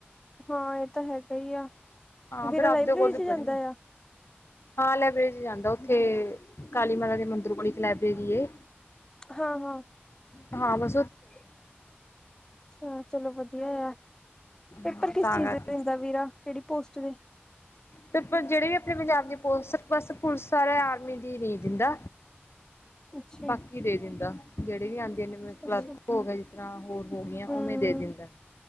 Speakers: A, on the left; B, on the left.
A: ਹਾਂ ਇਹ ਤਾਂ ਹੈਗਾ ਹੀ ਆ
B: ਹਾਂ
A: ਵੀਰਾ
B: ਫਿਰ ਆਪਦੇ
A: ਲਾਇਬ੍ਰੇਰੀ
B: ਕੋਲ
A: ਚ
B: ਹੀ
A: ਜਾਂਦਾ
B: ਪੜ੍ਹੀ
A: ਆ
B: ਹਾਂ ਲਾਇਬ੍ਰੇਰੀ ਚ ਜਾਂਦਾ ਉੱਥੇ ਕਾਲੀ ਮਾਤਾ ਦੇ ਮੰਦਰ ਕੋ ਇੱਕ ਲਾਇਬ੍ਰੇਰੀ
A: ਹਾਂ ਹਾਂ
B: ਹਾਂ ਬ
A: ਅੱਛਾ ਚਲੋ ਵਧੀਆ ਆ
B: ਹਾਂ
A: ਪੇਪਰ ਕਿਸ
B: ਤਾਂ
A: ਚੀਜ਼
B: ਕਰਕੇ
A: ਦਿੰਦਾ ਵੀਰਾ ਕਿਹੜੀ ਪੋਸਟ ਦੇ
B: ਤੇ ਜਿਹੜੇ ਵੀ ਆਪਣੇ ਪੰਜਾਬ ਦੀ ਪੋਸਟ ਬਸ ਪੁਲਿਸ ਸਾਰਾ ਆਰਮੀ ਦੀ ਨਹੀਂ ਦਿੰਦਾ
A: ਅੱਛਾ
B: ਬਾਕੀ ਦੇ ਦਿੰਦਾ ਜਿਹੜ ਵੀ ਆਂਦੀ ਜਿਵੇ ਕਲਕ
A: ਅੱਛਾ
B: ਹੋ ਗਿਆ ਜਿਸ ਤਰ੍ਹਾਂ ਹੋਰ ਹੋ ਗਈਆਂ ਉਵੇਂ
A: ਹਮ
B: ਦੇ ਦਿੰਦਾ